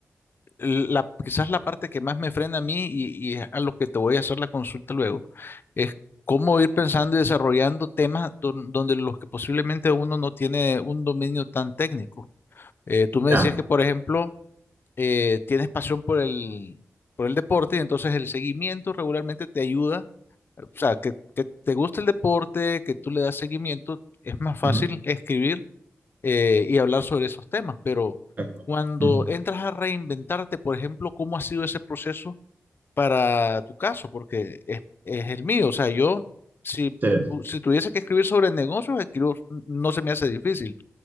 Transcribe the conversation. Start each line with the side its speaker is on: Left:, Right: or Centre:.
Left: la, quizás la parte que más me frena a mí y, y es a lo que te voy a hacer la consulta luego, es cómo ir pensando y desarrollando temas don- donde los que posiblemente uno no tiene un dominio tan técnico. Eh, tú me
Right: Ya.
Left: decías que, por ejemplo, eh, tienes pasión por el, por el deporte y entonces el seguimiento regularmente te ayuda. O sea, que, que te gusta el deporte, que tú le das seguimiento, es más fácil
Right: Ujú,
Left: escribir eh, y hablar sobre esos temas, pero
Right: Exacto.
Left: cuando
Right: Ujú.
Left: entras a reinventarte, por ejemplo, ¿cómo ha sido ese proceso para tu caso? Porque es, es el mío, o sea, yo, si,
Right: Sí,
Left: pu- si tuviese que escribir sobre negocios, escribo- no se me hace difícil,